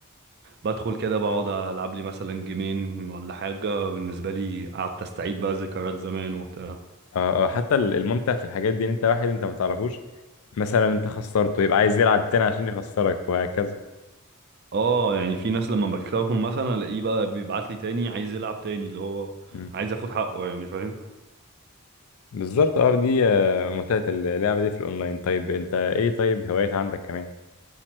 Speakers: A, on the right (about 50°); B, on the left (about 75°).
A: بدخل كده بقعد العب لي مثلا جيمين ولا حاجه بالنسبه لي قعدت استعيد بقى ذكريات زمان وبتاع
B: اه اه حتى ال- الممتع في الحاجات دي ان انت واحد انت ما تعرفوش مثلا انت خسرته يبقى عايز يلعب تاني عشان يخسرك وهكذا
A: اه يعني في ناس لما بكسبهم مثلا الاقيه بقى بيبعت لي تاني عايز يلعب تاني اللي هو
B: مم.
A: عايز اخد حقه يعني فاهم
B: بالظبط اه دي آه، متعة اللعبة دي في الاونلاين طيب انت ايه طيب هوايات عندك كمان